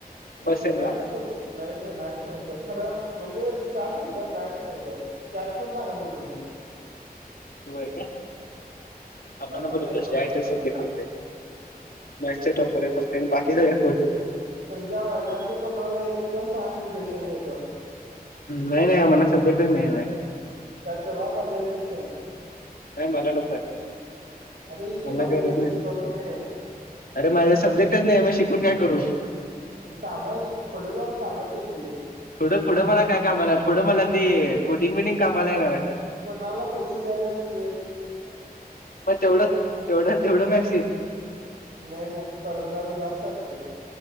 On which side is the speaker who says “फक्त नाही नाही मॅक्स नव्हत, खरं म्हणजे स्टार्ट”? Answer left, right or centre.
Right